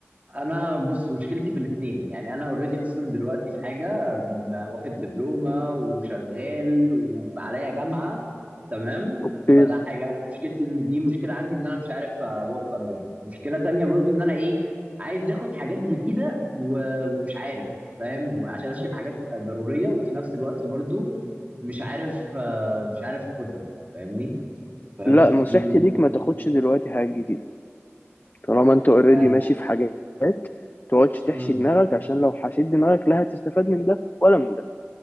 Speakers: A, on the right (about 30°); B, on the left (about 40°).
A: انا بص مشكلتي في الاثنين يعني انا اوريدي اصلا دلوقتي في حاجه م- واخد دبلومه وشغال وعليا جامعه تمام
B: اوكي
A: فده حاجه انا مشكلتي إن- دي مشكله عندي ان انا مش عارف اوفق منهم مشكله تانية برضو ان انا ايه عايز اخد حاجات جديده و- ومش عارف فاهم عشان انا شايف حاجات ضروريه وفي نفس الوقت برضو مش عارف آه، مش عارف اخدها فاهمني فهمت
B: لا
A: فدي
B: نصيحتي
A: ال...
B: ليك ما تاخدش دلوقتي حاجات جديدة طالما انت اوريدي
A: يعني
B: ماشي في حاجات تقعدش تحشي
A: امم
B: دماغك عشان لو حشيت دماغك لا هتستفاد من ده ولا من ده